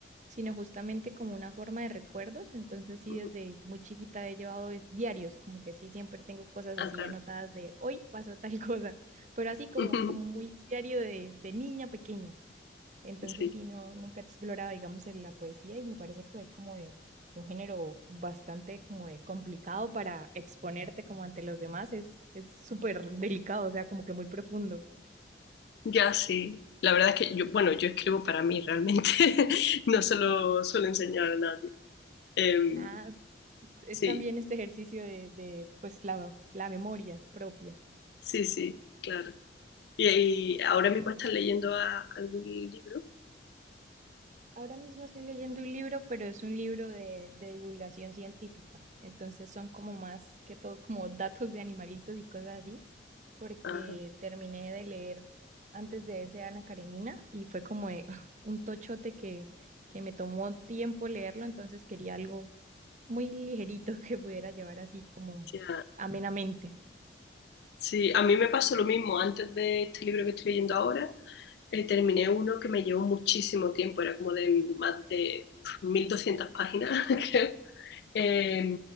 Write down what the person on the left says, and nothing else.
Ujú.
Ah,
claro.
<laughs>
Sí,
ya sí. La verdad es que yo, bueno, yo escribo para mí realmente, <laughs> no se lo suelo enseñar a nadie. Em,
sí,
sí, sí, claro. Y, y ahora mismo estás leyendo a- algún libro.
Ajá.
Ya.
Sí, a mí me pasó lo mismo. Antes de este libro que estoy leyendo ahora, eh, terminé uno que me llevó muchísimo tiempo. Era como de más de pf, 1200 páginas, <laughs> creo. Eh,